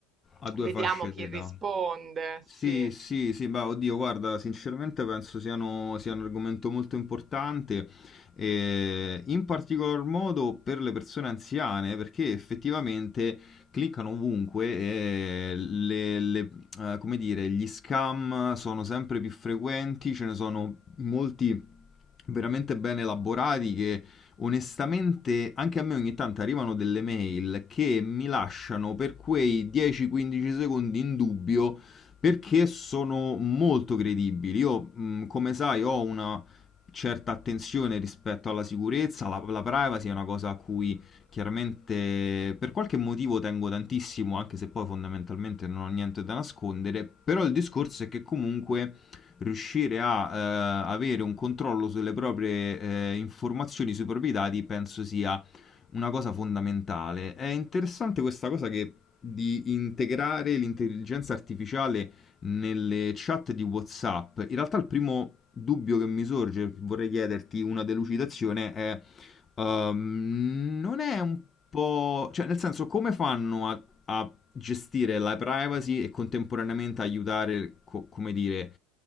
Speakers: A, on the left (about 25°); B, on the right (about 25°).
A: Ha due
B: vediamo
A: fasce
B: chi
A: d'età.
B: risponde,
A: Sì,
B: sì.
A: sì, sì, beh, oddio, guarda, sinceramente penso siano- sia un argomento molto importante, eh, in particolar modo per le persone anziane, perché effettivamente cliccano ovunque e le- le- eh, come dire, gli scam sono sempre più frequenti, ce ne sono molti veramente ben elaborati che onestamente anche a me ogni tanto arrivano delle mail che mi lasciano per quei 10-15 secondi in dubbio perché sono molto credibili. Io, mh, come sai, ho una certa attenzione rispetto alla sicurezza, la, la privacy è una cosa a cui chiaramente per qualche motivo tengo tantissimo, anche se poi fondamentalmente non ho niente da nascondere, però il discorso è che comunque riuscire a eh, avere un controllo sulle proprie eh, informazioni, sui propri dati, penso sia una cosa fondamentale. È interessante questa cosa che di integrare l'intelligenza artificiale nelle chat di WhatsApp. In realtà il primo dubbio che mi sorge, vorrei chiederti una delucidazione, è ehm, non è un po'... cioè nel senso come fanno a, a gestire la privacy e contemporaneamente aiutare, co- come dire,